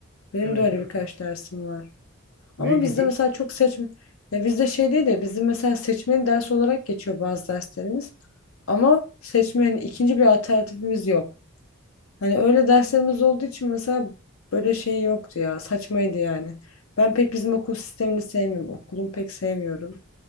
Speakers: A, on the left; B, on the right.
A: Benim
B: Evet
A: de öyle
B: ö-
A: birkaç dersim var. Ama
B: ne gibi?
A: bizde mesela çok seçme ya bizde şey değil de bizim mesela seçmeli ders olarak geçiyor bazı derslerimiz. Ama seçme hani ikinci bir alternatifimiz yok. Hani öyle derslerimiz olduğu için mesela böyle şey yoktu ya saçmaydı yani. Ben pek bizim okul sistemini sevmiyorum. Okulumu pek sevmiyorum.